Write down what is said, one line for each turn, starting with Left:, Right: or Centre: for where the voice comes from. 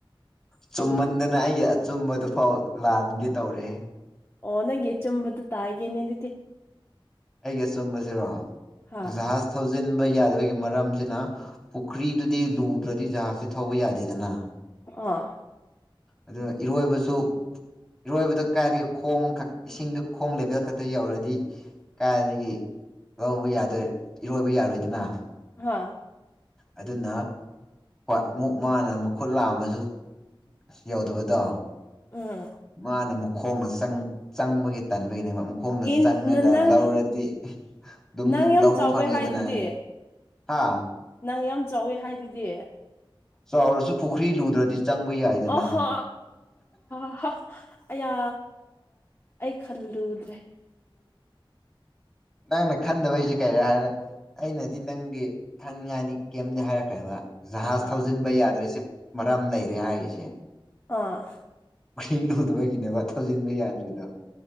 Centre: ꯆꯨꯝꯃꯟꯗꯅ ꯑꯩꯒꯤ ꯑꯆꯨꯝꯕꯗꯨꯐꯥꯎ ꯂꯥꯟꯒꯦ ꯇꯧꯔꯦꯍꯦ
Left: ꯑꯣ ꯅꯪꯒꯤ ꯑꯆꯨꯝꯕꯗꯨ ꯇꯥꯒꯦꯅꯦ ꯑꯗꯨꯗꯤ
Centre: ꯑꯩꯒꯤ ꯑꯆꯨꯝꯕꯖꯤꯔꯣ
Left: ꯍꯥ
Centre: ꯖꯍꯥꯖ ꯊꯧꯖꯤꯟ ꯕꯥ ꯌꯥꯗꯕꯒꯤ ꯃꯔꯝꯁꯤꯅ ꯄꯨꯈ꯭ꯔꯤꯗꯨꯗꯤ ꯂꯨꯗ꯭ꯔꯗꯤ ꯖꯍꯥꯖꯇꯤ ꯊꯧꯕ ꯌꯥꯗꯦꯗꯅ
Left: ꯑꯥ
Centre: ꯑꯗꯨ ꯏꯔꯣꯏꯕꯁꯨ ꯏꯔꯣꯏꯕꯗ ꯀꯥꯏꯗꯩ ꯈꯣꯡ ꯈꯛ ꯏꯁꯤꯡꯗ ꯈꯣꯡ ꯂꯦꯚꯦꯜ ꯈꯛꯇ ꯌꯧꯔꯗꯤ ꯀꯥꯏꯗꯒꯤ ꯂꯧꯕ ꯌꯥꯗꯣꯏ ꯏꯔꯣꯏꯕ ꯌꯥꯔꯣꯏꯗꯅ
Left: ꯍꯥꯥ
Centre: ꯑꯗꯨꯅ ꯑꯃꯨꯛ ꯃꯥꯅ ꯃꯈꯨꯠ ꯂꯥꯝꯃꯁꯨ ꯑꯁ ꯌꯥꯎꯗꯕꯗꯣ
Left: ꯎꯝ
Centre: ꯃꯥꯅ ꯃꯈꯣꯡꯅ ꯆꯪ ꯆꯪꯕꯒꯤ ꯇꯟꯕꯩꯅꯦꯕ ꯃꯨꯛ ꯈꯣꯡꯅ
Left: ꯑꯦ
Centre: ꯆꯪꯉꯒ
Left: ꯅꯪ
Centre: ꯂꯧꯔꯗꯤ ꯑꯗꯨꯝ
Left: ꯅꯪ ꯌꯥꯝ
Centre: ꯂꯧꯕ
Left: ꯆꯥꯎꯋꯦ
Centre: ꯐꯪꯉꯦꯗꯅ
Left: ꯍꯥꯏꯗꯨꯗꯤ
Centre: ꯍꯥ
Left: ꯅꯪ ꯌꯥꯝ ꯆꯥꯎꯋꯤ ꯍꯥꯏꯗꯨꯗꯤ
Centre: ꯆꯥꯎꯔꯁꯨ ꯄꯨꯈ꯭ꯔꯤ ꯂꯨꯗ꯭ꯔꯗꯤ ꯆꯪꯕ ꯌꯥꯏꯗꯅ
Left: ꯑꯣ ꯍꯣ <unintelligible> ꯑꯌꯥ ꯑꯩ ꯈꯜꯂꯨꯗ꯭ꯔꯦ
Centre: ꯅꯪꯅ ꯈꯟꯗꯕꯩꯁꯦ ꯀꯩ ꯍꯥꯏꯔ ꯑꯩꯅꯗꯤ ꯅꯪꯒꯤ ꯈꯪꯅꯤꯡꯉꯥꯏꯅꯤ ꯀꯦꯝꯗꯤ ꯍꯥꯏꯔꯛꯈ꯭ꯔꯦꯕ ꯖꯍꯥꯖ
Left: ꯑꯥ
Centre: ꯊꯧꯖꯤꯟꯕ ꯌꯥꯗ꯭ꯔꯤꯁꯦ ꯃꯔꯝ ꯂꯩꯔꯦ ꯍꯥꯏꯔꯤꯁꯦ
Left: ꯑꯥ
Centre: ꯄꯨꯈ꯭ꯔꯤ ꯂꯨꯗꯕꯒꯤꯅꯦꯕ ꯊꯧꯖꯤꯟꯕ ꯌꯥꯗ꯭ꯔꯤꯗꯣ